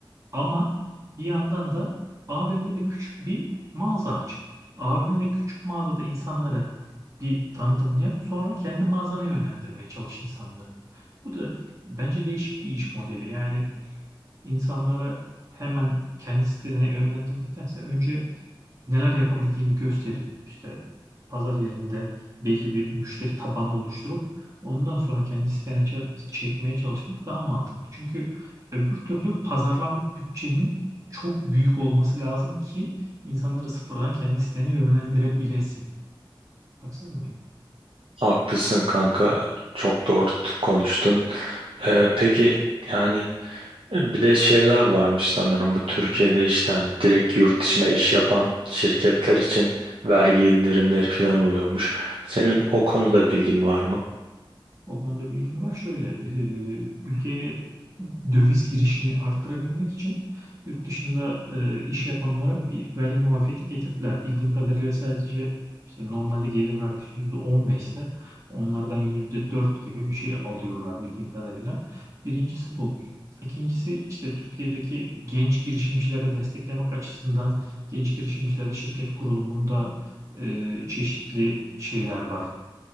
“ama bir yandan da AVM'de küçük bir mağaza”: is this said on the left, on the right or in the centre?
Right